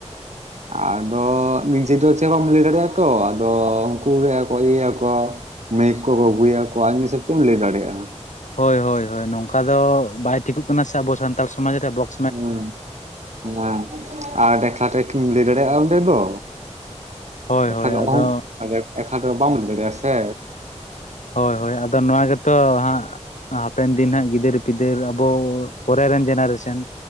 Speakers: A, on the right (about 70°); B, on the left (about 80°).
A: ᱟᱫᱚ ᱱᱤᱡᱮ ᱫᱚ ᱪᱮᱫ ᱦᱚ ᱵᱟᱢ ᱞᱟᱹᱭ ᱫᱟᱲᱮᱭᱟᱜ-ᱟ ᱛᱚ ᱟᱫᱚ ᱩᱱᱠᱩ ᱜᱮ ᱤᱭᱟᱹᱭᱟᱠᱚ᱾ ᱢᱟᱹᱭᱤᱠ ᱠᱚ ᱟᱹᱜᱩᱭᱟᱠᱚ ᱟᱡ ᱦᱤᱥᱟᱹᱵ ᱪᱮᱫ ᱮᱢ ᱞᱟᱹᱭ ᱫᱟᱲᱮᱭᱟᱜ-ᱟ᱾
B: ᱦᱳᱭ ᱦᱳᱭ ᱦᱳᱭ ᱱᱚᱝᱠᱟ ᱫᱚ ᱵᱟᱭ ᱴᱷᱤᱠᱚᱜ ᱠᱟᱱᱟ ᱥᱮ ᱟᱵᱚ ᱥᱟᱱᱛᱟᱲ ᱥᱚᱢᱟᱡᱽ ᱨᱮ ᱵᱚᱠ
A: ᱦᱮᱸ ᱦᱮᱸ ᱟᱨ ᱮᱠᱞᱟ ᱛᱮᱠᱤᱢ ᱞᱟᱹᱭ ᱫᱟᱲᱮᱭᱟᱜ-ᱟ ᱚᱸᱰᱮ ᱫᱚ᱾
B: ᱦᱳᱭ
A: ᱮᱠᱷᱟ
B: ᱦᱳᱭ
A: ᱛᱮᱫᱚ
B: ᱟᱫᱚ
A: ᱚᱦᱚᱢ, ᱮᱠᱞᱟ ᱛᱮᱫᱚ ᱵᱟᱢ ᱞᱟᱹᱭ ᱫᱟᱲᱮᱭᱟᱜ-ᱟᱥᱮ᱾
B: ᱦᱳᱭ ᱦᱳᱭ ᱟᱫᱚ ᱱᱚᱣᱟ ᱜᱮᱛᱚ ᱦᱟᱸᱜ ᱦᱟᱯᱮᱱ ᱫᱤᱱ ᱦᱟᱸᱜ ᱜᱤᱫᱟᱹᱨ ᱯᱤᱫᱟᱹᱨ ᱟᱵᱚ ᱯᱚᱨᱮᱨᱮᱱ ᱡᱮᱱᱟᱨᱮᱥᱮᱱ